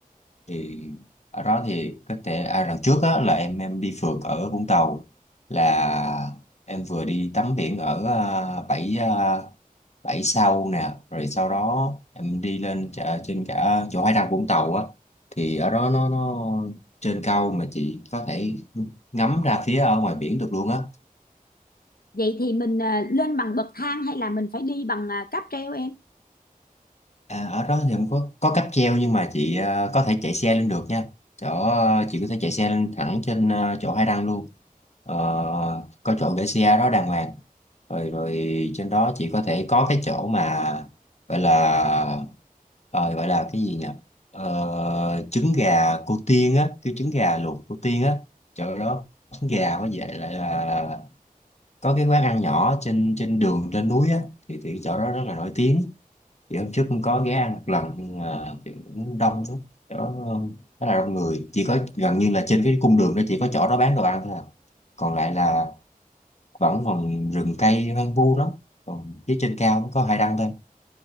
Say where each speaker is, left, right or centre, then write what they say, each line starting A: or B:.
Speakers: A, on the left; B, on the left.
A: thì ở đó thì có thể à, lần trước á, là em em đi phượt ở Vũng Tàu là em vừa đi tắm biển ở à, bãi à, bãi sau nè rồi sau đó em đi lên chợ- trên cả chỗ Hải Đăng Vũng Tàu á thì ở đó nó nó trên cao mà chị có thể ngắm ra phía ở ngoài biển được luôn á
B: Vậy thì mình à, lên bằng bậc thang hay là mình phải đi bằng à, cáp treo em?
A: À, ở đó thì không có có cáp treo nhưng mà chị ờ, có thể chạy xe lên được nha. Chỗ ờ, chị có thể chạy xe lên thẳng trên ờ, chỗ hai đăng luôn. Ờ, có chỗ để xe đó đàng hoàng. Rồi rồi trên đó chị có thể có cái chỗ mà gọi là ờ, gọi là cái gì nhỉ? Ờ, trứng gà cô Tiên á, cái trứng gà luộc cô Tiên á. Chỗ đó trứng gà với vậy lại là có cái quán ăn nhỏ trên trên đường trên núi á thì thì chỗ đó rất là nổi tiếng thì hôm trước cũng có ghé ăn một lần nhưng mà kiểu cũng đông lắm đó rất là đông người chỉ có gần như là trên cái cung đường đó chỉ có chỗ đó bán đồ ăn thôi à. còn lại là vẫn còn rừng cây hoang vu lắm còn phía trên cao cũng có hải đăng thôi